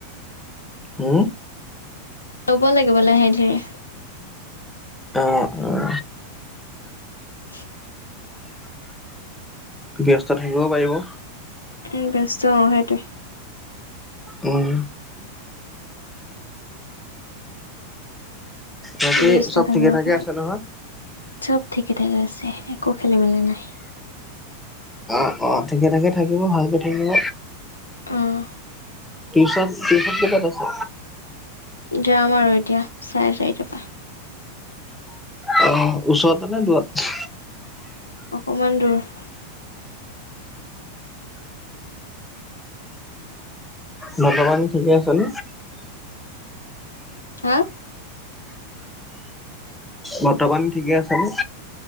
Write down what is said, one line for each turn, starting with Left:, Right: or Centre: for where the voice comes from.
Centre: উম
Left: ৰ'ব লাগিব লাহে ধিৰে
Centre: অ অ
Left: <inaudible>
Centre: ব্যস্ত থাকিব পাৰিব।
Left: উ ব্যস্ত অ' সেইটোৱে।
Centre: উম। বাকী
Left: ব্যস্ত
Centre: চব
Left: থাকিব
Centre: ঠিকে ঠাকে
Left: পাৰিম
Centre: আছে নহয়?
Left: চব ঠিক কেতে গৈ আছে একো খেলি মেলি নাই।
Centre: অ', অ' ঠিকে ঠাকে থাকিব ভালকে থাকিব।
Left: অ'।
Centre: টিউচন টিউশন কিবাত আছে।
Left: যাম আৰু এতিয়া চাৰে চাৰিট পা।
Centre: অ', ওচৰতে নে দুৱাত।
Left: অকমান দূৰত।
Centre: নটকান ঠিকে আছে ন।
Left: হা।
Centre: বৰ্তমান ঠিকে আছে নে।